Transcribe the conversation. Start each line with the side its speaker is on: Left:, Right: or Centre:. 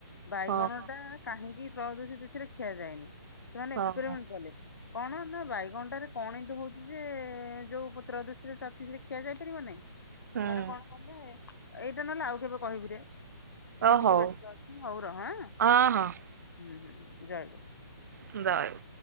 Left: ବାଇଗଣ
Right: ହଁ
Left: ଟା କାହିଁକି ତ୍ରୟୋଦଷୀ ତିଥିରେ ଖିଆ ଯାଏନି ସେମାନେ
Right: ହଁ
Left: ଏକ୍ସପେରିମେଣ୍ଟ
Right: ହଁ
Left: କଲେ। କଣ ନା ବାଇଗଣଟାରେ କଣ ଏ ହଉଛି ଯେ ଯୋଉ ତ୍ରୟୋଦସି ତାଥିରେ ଖିଆ ଯାଇ ପାରିବ ନାଇଁ।
Right: ହଁ ହୁଁ
Left: ସେମାନେ କଣ କଲେ ଏଇଟା ନହେଲେ ଆଉ କେବେ କହିବି ରେ ମୁଁ
Right: ଓ
Left: ଟିକେ
Right: ହଉ
Left: ବ୍ୟସ୍ତ ଅଛି। ହଉ ରହ ଆ
Right: ହଁ ହଁ
Left: ହୁଁ ହୁଁ ଜୟେ ଗୁରୁ।
Right: ଯୟେ ଗୁ